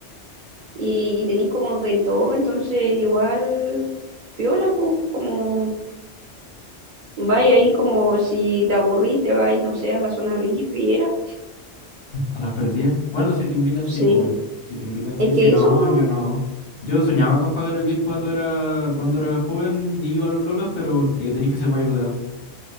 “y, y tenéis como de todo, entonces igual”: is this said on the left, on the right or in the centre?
Right